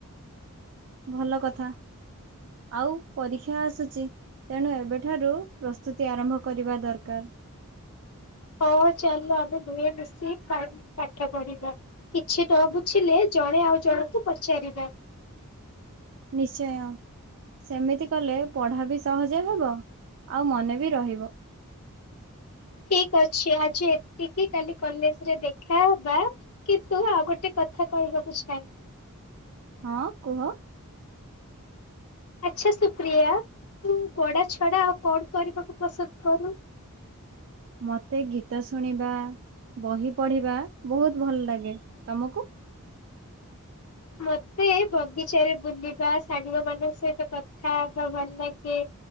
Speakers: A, on the right; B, on the left.
A: ଭଲ କଥା ଆଉ ପରୀକ୍ଷା ଆସୁଛି ତେଣୁ ଏବେଠାରୁ ପ୍ରସ୍ତୁତି ଆରମ୍ଭ କରିବା ଦରକାର।
B: ହଁ ଚାଲ ଆମେ ଦୁହେଁ ମିଶି ପା ପାଠ ପଢ଼ିବା। କିଛି ନ ବୁଝିଲେ ଜଣେ ଆଉ ଜଣଙ୍କୁ ପଚାରିବ।
A: ନିଶ୍ଚୟ। ସେମିତି କଲେ ପଢ଼ା ବି ସହଜ ହେବ ଆଉ ମନେ ବି ରହିବ।
B: ଠିକ୍ ଅଛି ଆଜି ଏତିକି କାଲି କଲେଜରେ ଦେଖା ହବା କିନ୍ତୁ ଆଉ ଗୋଟେ କଥା କହିବାକୁ ଚାହେଁ।
A: ହଁ କୁହ।
B: ଆଚ୍ଛା ସୁପ୍ରିୟା ତୁ ପଢ଼ା ଛଡ଼ା ଆଉ କଣ କରିବାକୁ ପସନ୍ଦ କରୁ?
A: ମତେ ଗୀତ ଶୁଣିବା ବହି ପଢ଼ିବା ବହୁତ ଭଲ ଲାଗେ। ତମକୁ?
B: ମତେ ବଗିଚାରେ ବୁଲିବା ସାଙ୍ଗ ମାନଙ୍କ ସହିତ କଥା ହେବା ଭଲ ଲାଗେ